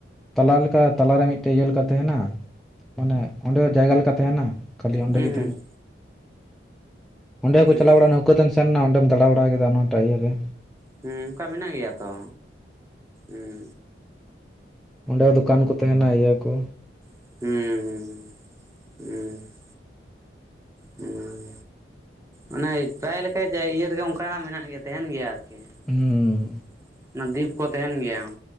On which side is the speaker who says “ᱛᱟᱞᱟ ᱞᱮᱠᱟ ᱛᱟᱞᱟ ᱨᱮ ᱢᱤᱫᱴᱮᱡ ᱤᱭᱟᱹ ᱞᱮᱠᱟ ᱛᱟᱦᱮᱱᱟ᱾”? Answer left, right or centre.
Centre